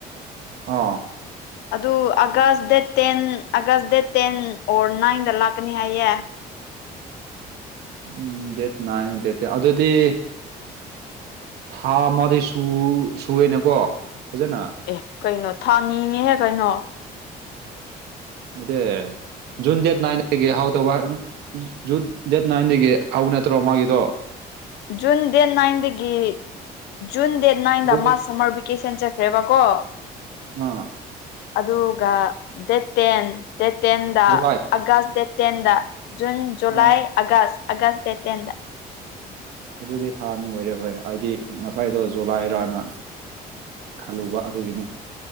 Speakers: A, on the right; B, on the left.
A: ꯑꯣ
B: ꯑꯗꯨ August date ten August date ten or ꯅꯥꯏꯟꯗ ꯂꯥꯛꯀꯅꯤ ꯍꯥꯏꯌꯦ
A: ꯎꯝ ꯗꯦꯠ ꯅꯥꯏꯟ ꯗꯦꯠ ꯇꯦꯟ ꯑꯗꯨꯗꯤ ꯊꯥ ꯑꯃꯗꯤ ꯁꯨ ꯁꯨꯌꯦꯅꯦꯀꯣ ꯐꯖꯅ
B: ꯑꯦ ꯀꯩꯅꯣ ꯊꯥ ꯑꯅꯤꯅꯤꯍꯦ ꯀꯩꯅꯣ
A: ꯌꯦ ꯖꯨꯟ ꯗꯦꯠ ꯅꯥꯏꯟꯗꯒꯤ ꯍꯧꯗꯧꯕ ꯑꯥ ꯖꯨꯟ ꯗꯦꯠ ꯅꯥꯏꯟꯗꯒꯤ ꯍꯧꯕ ꯅꯠꯇ꯭ꯔꯣ ꯃꯥꯒꯤꯗꯣ
B: ꯖꯨꯟ ꯗꯦꯠ ꯅꯥꯏꯟꯗꯒꯤ ꯖꯨꯟ ꯗꯦꯠ ꯅꯥꯏꯟꯗ
A: ꯑꯗꯨꯗꯒꯤ
B: ꯃꯥ ꯁꯝꯃꯔ ꯕꯤ ꯀꯦꯁꯦꯟ ꯆꯠꯈ꯭ꯔꯦꯕꯀꯣ
A: ꯑꯥ
B: ꯑꯗꯨꯒ ꯗꯦꯠ ꯇꯦꯟ ꯗꯦꯠ ꯇꯦꯟꯗ
A: ꯖꯨꯂꯥꯏ
B: ꯑꯒ꯭ꯁ ꯗꯦꯠ ꯇꯦꯟꯗ ꯖꯨꯟ ꯖꯨꯂꯥꯏ
A: ꯑꯣ
B: ꯑꯥꯒꯁ ꯑꯒꯁ ꯗꯦꯠ ꯇꯦꯟꯗ
A: ꯑꯗꯨꯗꯤ ꯊꯥ ꯑꯅꯤ ꯑꯣꯏꯔꯦ ꯍꯣꯏ ꯍꯥꯏꯗꯤ ꯉꯁꯥꯏꯗꯣ ꯖꯨꯂꯥꯏꯔꯅ ꯈꯜꯂꯨꯕ ꯑꯗꯨꯒꯤꯅꯤ